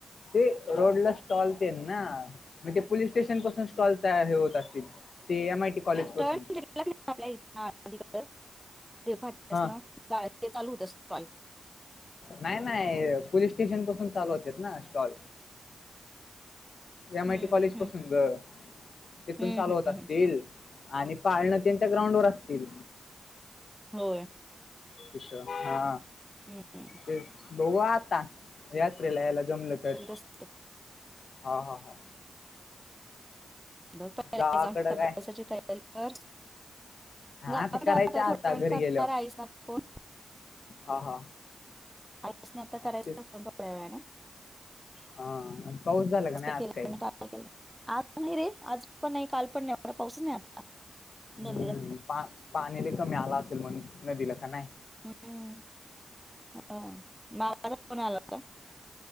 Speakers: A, on the left (about 65°); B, in the centre.
A: ते रोड ला स्टॉल ते ना? म ते पोलीस स्टेशन
B: हम्म.
A: पासून स्टॉल तया हे होत असतील ते एम आय टी कॉलेज पासून.
B: टर्न आपल्या इथड फाट
A: हा
B: चालू होत असल.
A: नाय नाय पोलीस स्टेशन पासून चालू होते ना स्टॉल. एम
B: हम्म.
A: आय टी कॉलेज
B: हम्म.
A: पासून ग तेथून
B: हम्म.
A: चालू
B: हम्म.
A: होत असतील.
B: हम्म.
A: आणि पाळणं त्यांच्या ग्राउंड वर असतील.
B: होय.
A: इष्ट्रा हा
B: ह ह.
A: ते बऊ आता यात्रेला यायला जमलं तर.
B: सस्
A: हा हा हा
B: बघ प एक्झामच्या
A: गावाकडं काय
B: अभ्यासाची तयारी कर.
A: हा
B: गावाकडे
A: आता करायचं
B: आहता
A: आता
B: थोड्याेण
A: घरी
B: करणार
A: गेलो
B: आहेस ना फोन.
A: हा हा.
B: आईच नाही आता
A: आणि
B: करायचा
A: ते
B: फन थोड्या वेळाला.
A: हा आणि पाऊस झाला का नाही
B: काय
A: आज
B: केलं
A: काही.
B: आणि आज नाही रे आज पण नाही काल पण नाही एवढा पाऊसच नाही आता दोन
A: हम्म
B: दिवस.
A: पा पाणी कमी आला असेल मग नदीला का नाही.
B: हम्म ह मावला फोन आला का.